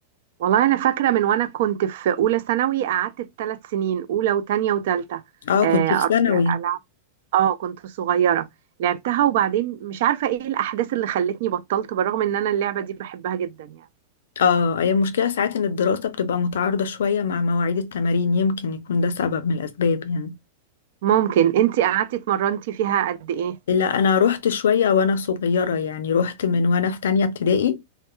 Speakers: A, on the right (about 55°); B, on the left (about 85°).
A: والله انا فاكره من وانا كنت في اولى ثانوي قعدت الثلاث سنين اولى وتانية وتالتة
B: اه
A: آه
B: كنتي
A: أر-
B: في ثانوي
A: العب اه كنت صغيره لعبتها وبعدين مش عارفه ايه الاحداث اللي خلتني بطلت بالرغم ان انا اللعبه دي بحبها جدا يعني
B: اه هي المشكلة ساعات ان الدراسة بتبقى متعارضة شوية مع مواعيد التمارين يمكن يكون ده سبب من الاسباب يعني
A: ممكن انتي قعدتي اتمرنتي فيها قد ايه
B: لا انا رحت شوية وانا صغيرة يعني رحت من وانا في تانية ابتدائي